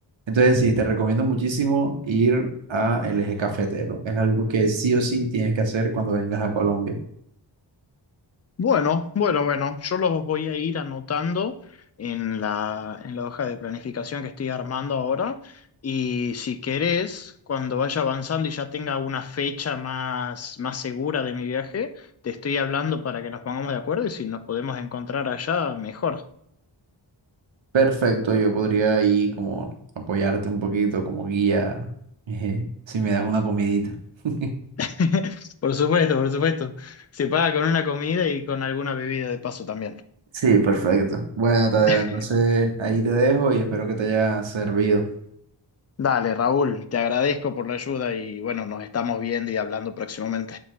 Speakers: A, on the right; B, on the left.
A: entonces, sí, te recomiendo muchísimo ir a el Eje Cafetero. Es algo que sí o sí tienes que hacer cuando vengas a Colombia.
B: Bueno, bueno, bueno, yo los voy a ir anotando en la, en la hoja de planificación que estoy armando ahora y si querés, cuando vaya avanzando y ya tenga una fecha más, más segura de mi viaje, te estoy hablando para que nos pongamos de acuerdo y si nos podemos encontrar allá, mejor.
A: Perfecto, yo podría ahí como apoyarte un poquito como guía, eje, si me das una comidita. <laughs>
B: <laughs> Por supuesto, por supuesto. Se paga con una comida y con alguna bebida de paso también.
A: Sí, perfecto. Bueno, Tadeo,
B: <laughs>
A: entonces ahí te dejo y espero que te haya servido.
B: Dale, Raúl, te agradezco por la ayuda y bueno, nos estamos viendo y hablando próximamente.